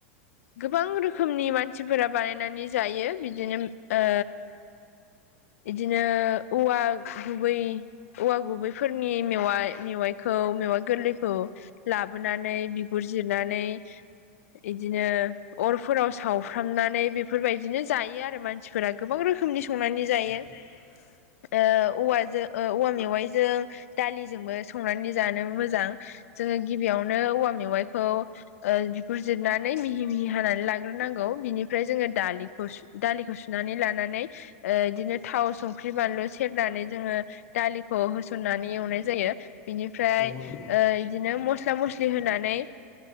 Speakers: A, on the left; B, on the left.
A: गोबां रोखोमनि मानसिफोरा बानायनानै जायो बिदिनो ओ बिदिनो औवा गुबै औवा गुबै फोरनि मेवाइ मेवाइखौ मेवाइ गोरलैखौ लाबोनानै बिगुर जिरनानै इदिनो अरफोराव सावफ्रामनानै बेफोरबायदिनो जायो आरो मान मानसिफोरा गोबां रोखोमनि संनानै जायो।
B: जायो
A: ओ औवाजों औवा मेवाइजों दालिजोंबो संनानै जानो मोजां जोङो गिबियावनो औवा मेवाइखौ ओ बिगुर जिरनानै मिहि मिहि हानानै लाग्रोनांगौ बिनिफ्राय जोङो दालिखौ सु दालिखौ सुनानै लानानै ओ बिदिनो थाव संख्रि बानलु सेरनानै जोङो दालिखौ। होस होनानै एवनाय जायो बिनिफ्राय
B: नंगौ
A: ओ
B: नंगौ
A: बिदिनो मस्ला मस्लि होनानै